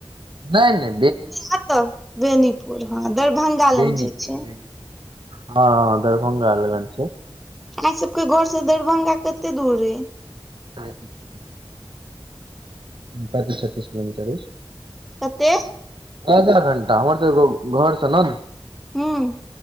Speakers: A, on the right; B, in the centre.
A: नय नय
B: नय एतऽ बेनीपुर हँ दरभंगा लग
A: बेनीपुर
B: जे छै
A: हँ दरभंग लगन छै
B: अहाँ सबके घर स दरभंगा कते दूर अय
A: पैंतीस पैतीस छत्तीस किलोमीटर अइछ
B: कते
A: आधा घंटा हमर तऽ घ-घर स नन
B: हूँ